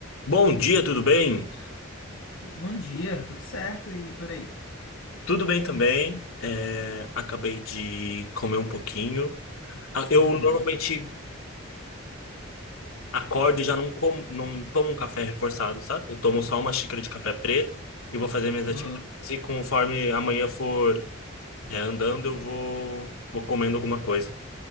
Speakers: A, on the left; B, on the left.
A: Bom dia, tudo bem?
B: Bom dia, tudo certo e por aí.
A: Tudo bem também. É, acabei de comer um pouquinho. Ah, Eu
B: Uhum,
A: normalmente acordo e já não como, não tomo um café reforçado, sabe? Eu tomo só uma xícara de café preto e vou fazer minhas atividades.
B: uhum.
A: E conforme amanhã for, é, andando, eu vou, vou comendo alguma coisa.